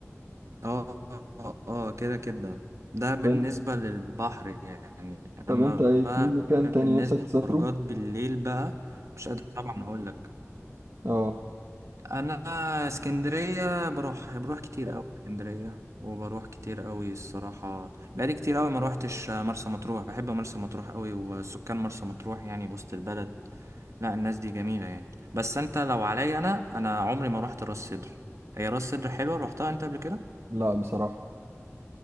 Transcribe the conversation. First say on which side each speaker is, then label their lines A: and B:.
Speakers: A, on the right; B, on the right.
A: اه اه آه، كده كده ده بالنسبة
B: طب انت
A: للبحر يعني
B: طب
A: اما
B: انت ايه
A: بقى
B: في مكان تاني
A: بالنسبة
B: نفسك تسافره
A: للخروجات بالليل بقى مش قادر طبعا اقول لك
B: اه
A: انا اسكندرية بروح بروح كتير قوي اسكندرية وبروح كتير قوي الصراحة بقالي كتير قوي ما روحتش مرسى مطروح بحب مرسى مطروح قوي وسكان مرسى مطروح يعني وسط البلد لا الناس دي جميلة يعني بس انت لو عليا انا انا عمري ما روحت راس سدر هي راس سدر حلوة روحتها انت قبل كده
B: لا بصراحة